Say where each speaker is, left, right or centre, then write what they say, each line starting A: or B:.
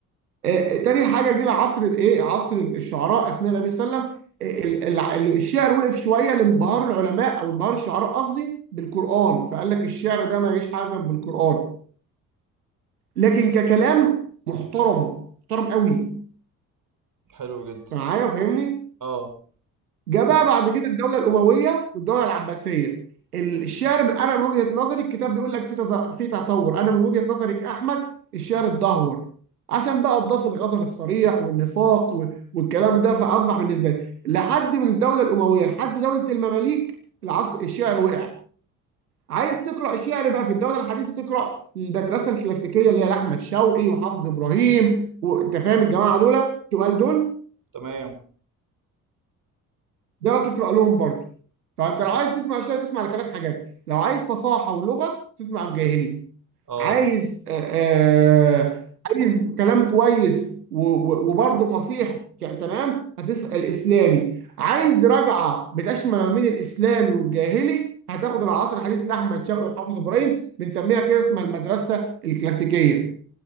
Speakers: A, on the right; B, on the right.
A: آه آه، تاني حاجه جه عصر الايه عصر الشعراء اثناء النبي صلى الله عليه وسلم ال- ال- ال- الشعر وقف شويه لانبهار العلماء او انبهار الشعراء قصدي بالقران فقال لك الشعر ده ما يجيش حاجه بالقران لكن ككلام محترم محترم قوي انت
B: حلو جدا
A: معايا فاهمني
B: اه
A: جاء بقى بعد كده الدوله الامويه والدوله العباسيه الشعر ب- انا من وجهه نظري الكتاب بيقول لك في تد- في تطور انا من وجهه نظري كاحمد الشعر اتدهور عشان بقى اضاف الغزل الصريح والنفاق و- والكلام ده فاصبح بالنسبه لي لحد من الدوله الامويه لحد دوله المماليك العصر الشعر وقع عايز تقرا شعر بقى في الدوله الحديثه تقرا المدرسه الكلاسيكيه اللي هي لاحمد شوقي وحافظ ابراهيم وانت فاهم الجماعه دول تقال دول
B: تمام
A: ده لا تقرا لهم برضه فانت لو عايز تسمع الشعر تسمع لثلاث حاجات لو عايز فصاحه ولغه تسمع الجاهلي
B: اه
A: عايز آه، آه، عايز كلام كويس و- و- وبرضه فصيح ك- كلام هتسأل إسلامي عايز رجعة بتشمل ما بين الإسلامي والجاهلي هتاخد العصر الحديث لأحمد شوقي وحافظ إبراهيم بنسميها كده اسمها المدرسة الكلاسيكية